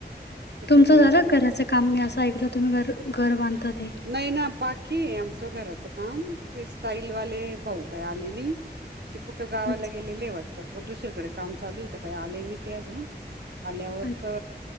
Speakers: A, on the right (about 70°); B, on the left (about 70°).
A: त्याच्यामुळे
B: तुमचं झालं
A: थो-
B: घराचं काम मी असं ऐकलं तुम्ही घ घर बांधताात हे,
A: नाही ना बाकी आहे आमचं घराचं काम ते स्टाईलवाले भाऊ काय आले नाही ते कुठं गावाला
B: अच्छ
A: गेलेले हे वाटतं, व दुसरीकडे काम चालू यत काही आले नाही ते अजून आल्यावर
B: अच्छा,
A: का